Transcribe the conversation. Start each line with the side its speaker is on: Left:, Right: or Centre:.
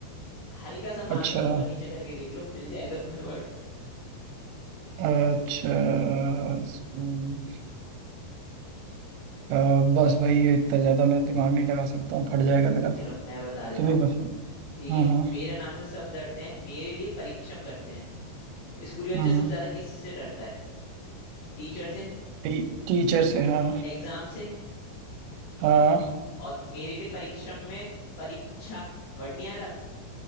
Left: हल्का सा मात्रा
Right: अच्छा
Left: ऊपर नीचे करके देख लो मिल जाएगा तुम्हें वर्ड
Right: अच्छा स्कूल अ, बस भाई ये इतना ज्यादा मैं दिमाग नहीं लगा सकता हूँ फट जाएगा मेरा
Left: चलो मैं बता देता
Right: तुम
Left: हूँ
Right: ही बस
Left: ठीक
Right: हाँ
Left: है
Right: हाँ
Left: मेरे नाम से सब डरते हैं मेरे लिए परिश्रम करते हैं स्कूली बच्चा
Right: हम्म
Left: सबसे ज्यादा किससे डरता है टीचर से
Right: टी, टीचर से हाँ
Left: एग्जाम से
Right: हाँ
Left: और मेरे लिए परिश्रम में परीक्षा वर्ड नहीं आ रहा